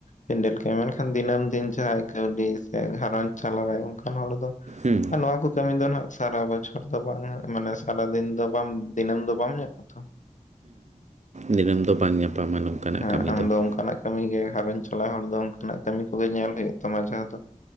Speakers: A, on the left; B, on the right.
A: ᱯᱮᱱᱰᱮᱞ ᱠᱟᱹᱴᱤ ᱢᱮᱱᱠᱷᱟᱱ ᱫᱤᱱᱟᱹᱢ ᱫᱤᱱ ᱡᱟᱦᱟᱸᱭ ᱠᱟᱹᱣᱰᱤ ᱥᱮ ᱜᱷᱟᱨᱚᱸᱡᱽ ᱪᱟᱞᱟᱣᱟᱭ ᱚᱱᱠᱟᱱ ᱦᱚᱲ ᱫᱚ
B: ᱦᱮᱸ
A: ᱟᱨ ᱱᱚᱣᱟ ᱠᱚ ᱠᱟᱹᱢᱤ ᱫᱚ ᱱᱟᱜ ᱥᱟᱨᱟ ᱵᱚᱪᱷᱚᱨ ᱫᱚ ᱵᱟᱝ ᱦᱟᱜ ᱢᱟᱱᱮ ᱥᱟᱨᱟ ᱫᱤᱱ ᱫᱚ ᱵᱟᱝ ᱫᱤᱱᱟᱹᱢ ᱫᱚ ᱵᱟᱢ ᱧᱟᱢᱟ ᱟᱛᱚ᱾
B: ᱫᱤᱱᱟᱹᱢ ᱫᱚ ᱵᱟᱝ ᱧᱟᱯᱟᱢᱟ ᱱᱚᱝᱠᱟᱱᱟᱜ
A: ᱦᱮᱸ
B: ᱠᱟᱹᱢᱤ
A: ᱟᱢ
B: ᱫᱚ ᱾
A: ᱚᱱᱠᱟᱱᱟᱜ ᱠᱟᱹᱢᱤ ᱜᱮ ᱜᱷᱟᱨᱚᱸᱡᱽ ᱪᱟᱞᱟᱣ ᱦᱚᱲ ᱫᱚ ᱚᱱᱠᱟᱱᱟᱜ ᱠᱟᱹᱢᱤ ᱠᱚᱜᱮ ᱧᱮᱞ ᱦᱩᱭᱩᱜ ᱛᱟᱢᱟ ᱡᱟᱦᱟᱸ ᱫᱚ